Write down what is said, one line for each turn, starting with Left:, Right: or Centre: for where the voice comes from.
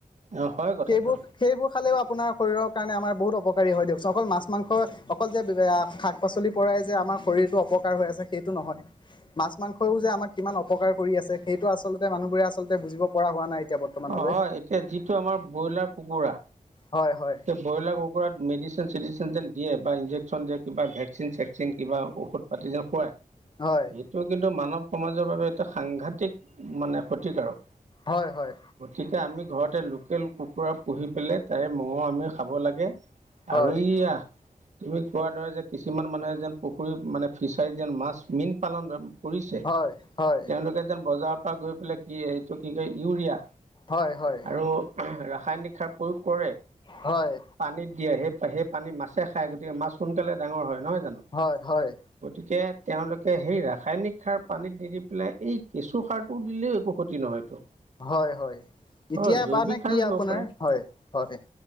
Right: অ হয় কথাটো
Left: সেইবোৰ সেইবোৰ খালেও আপোনাৰ শৰীৰৰ কাৰণে আমাৰ বহুত অপকাৰী হয় দেচোন অকল মাছ মাংস অকল যে শাক পাচলি পৰাই যে আমাৰ শৰীৰতটো অপকাৰ হৈ আছে সেইটো নহয় মাছ মাংসও যে আমাক কিমান অপকাৰ কৰি আছে আছে সেইটো আচলতে মানুহবোৰে আচলতে বুজিব পৰা হোৱা নাই এতিয়া বৰ্তমানলৈ।
Right: অ হয় এতিয়া যিটো আমাৰ ব্ৰইলাৰ কুকুৰা
Left: হয় হয়
Right: সেই ব্ৰইলাৰ কুকুৰাত মেডিচিন চেডিচিন যেনিয়ে বা ইঞ্জেকশ্যন দিয়ে কিবা ভেকচিন চেকচিন কিবা ঔষধ পাতি যেন খুৱায়
Left: হয়
Right: এইটো কিন্তু মানৱ সমাজৰ বাবে এটা সাংঘাতিক মানে ক্ষতিকাৰক
Left: হয় হয়
Right: গতিকে আমি ঘৰতে লোকেল কুকুৰা পুহি পেলাই তাৰে ম আমি খাব লাগে
Left: হয়
Right: আৰু ই তুমি কোৱাৰ দৰে যে কিছুমান মানুহে যেন পুখুৰী মানে ফিচাৰীত যেন মাছ মীন পালন কৰিছে
Left: হয় হয়
Right: তেওঁলোকে যেন বজাৰৰ পৰা গৈ পেলাই কি এইটো কি কয় ইউৰিয়া
Left: হয় হয়
Right: আৰু ৰাসায়নিক সাৰ প্ৰয়োগ কৰে
Left: হয়
Right: পানীত দিয়ে সেই সেই পানী মাছে খায় গতিকে মাছ সোনকালে ডাঙৰ হয় নহয় জানো
Left: হয় হয়
Right: গতিকে তেওঁলোকে সেই ৰাসায়নিক সাৰ পানীত নি দি পেলাই এই কেঁচু সাৰটো দিলেও একো ক্ষতি নহয়তো
Left: হয় হয় এতিয়া
Right: হয় জৈৱিক
Left: বানে
Right: সাৰো
Left: কি
Right: দিব
Left: আপোনাৰ
Right: পাৰে
Left: হয় হয়